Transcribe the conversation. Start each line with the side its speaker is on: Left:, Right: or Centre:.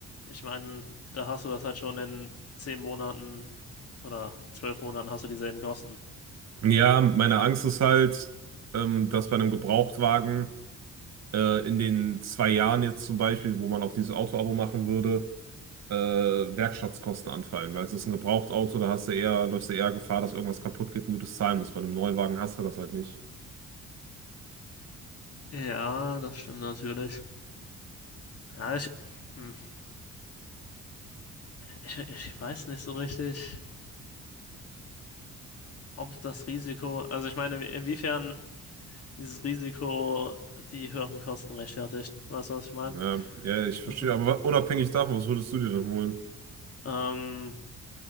Left: ich meine, da hast du das halt schon in 10 Monaten oder 12 Monaten hast du dieselben Kosten.
Right: Ja, meine Angst ist halt, ähm, dass bei einem Gebrauchtwagen äh, in den zwei Jahren jetzt zum Beispiel, wo man auch dieses Autoabo machen würde, äh, Werkstattkosten anfallen, weil es ist ein Gebrauchtauto, da hast du eher, läufst du eher Gefahr, dass irgendwas kaputt geht und du das zahlen musst. Bei einem Neuwagen hast du das halt nicht.
Left: Ja, das stimmt natürlich. Ja, ich, hm, ich, ich weiß nicht so richtig, ob das Risiko, also ich meine, inwiefern dieses Risiko die höheren Kosten rechtfertigt. Weißt du, was ich meine?
Right: Ja, ja, ich verstehe,
Left: Also,
Right: aber wa- unabhängig davon, was würdest du dir denn holen?
Left: ähm,